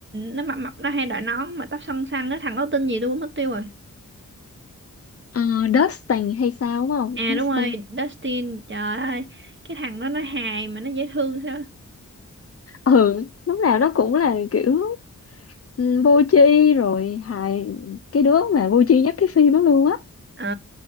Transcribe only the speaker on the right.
nó mập mập nó hay đội nón mà tóc xoăn xoăn á thằng đó tên gì tôi cũng mất tiêu rồi
à
đúng rồi Dustin trời ơi cái thằng đó nó hài mà nó dễ thương sao á.
ờ